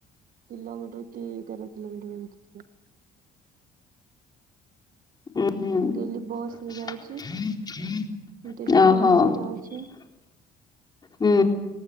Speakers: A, on the right; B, on the left.
A: କିଲୋମିଟର କି ଏଗାର କିଲୋମିଟର ଏମିତି ହୁଏ।
B: ହଁ
A: ଡେଲି ବସ ରେ ଯାଉଛି
B: ହୁଁ ଓହୋ।
A: ଡେଲି ବସ ରେ ଯାଉଛି।
B: ହୁଁ